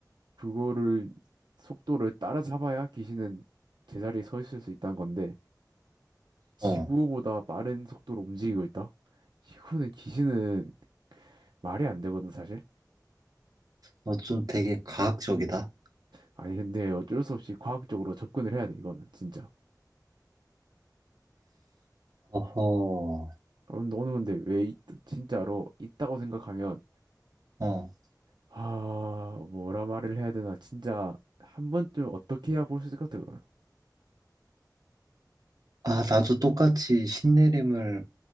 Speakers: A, on the right; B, on the right.
A: 그거를 속도를 따라잡아야 귀신은 제자리에 서 있을 수 있다는 건데 지구보다
B: 어,
A: 빠른 속도로 움직이고 있다? 이거는 기신은 말이 안 되거든, 사실.
B: 어, 좀 되게 과학적이다.
A: 아니, 근데 어쩔 수 없이 과학적으로 접근을 해야 돼, 이거는, 진짜.
B: 어허,
A: 어, 너는 근데 왜, 있- 진짜로 있다고 생각하면,
B: 어,
A: 아, 뭐라 말을 해야 되나, 진짜, 한 번쯤 어떻게 해야 볼 수 있을 것 같아, 그러면.
B: 아, 나도 똑같이 신내림을